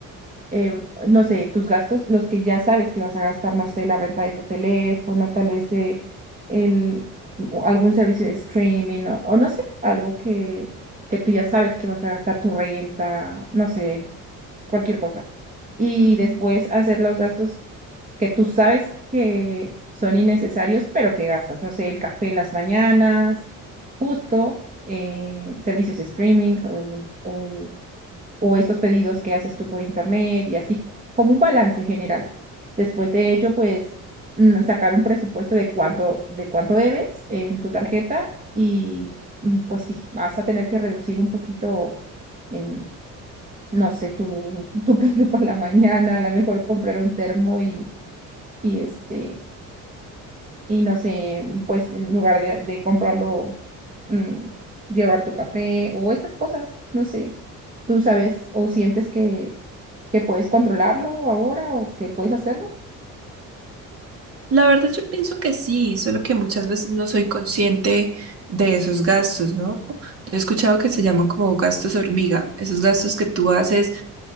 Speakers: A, on the right; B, on the right.
A: eh, no sé, tus gastos, los que ya sabes que vas a gastar, no sé, la renta de tu teléfono, tal vez eh, el, o algún servicio de streaming o, o no sé, algo que, que tú ya sabes que vas a gastar tu renta, no sé, cualquier cosa y
B: Ujú.
A: después hacer los gastos que tú sabes que son innecesarios, pero que gastas, no sé, el café en las mañanas, justo, eh, servicios de streaming o, o- o estos pedidos que haces tú por internet y así, como un balance general. Después de ello, pues mm, sacar un presupuesto de cuánto, de cuánto debes en tu tarjeta y mm, pues sí, vas a tener que reducir un poquito. em, No sé, tu, <laughs> tu café por la mañana, a lo mejor comprar un termo y, y este, y no sé, mm, pues en lugar de, de comprarlo, mm, llevar tu café o estas cosas, no sé, tú sabes o sientes que, que puedes controlarlo ahora o que puedes hacerlo.
B: La verdad yo pienso que sí, solo que muchas veces no soy consciente de esos gastos, ¿no? Yo he escuchado que se llaman como gastos hormiga, esos gastos que tú haces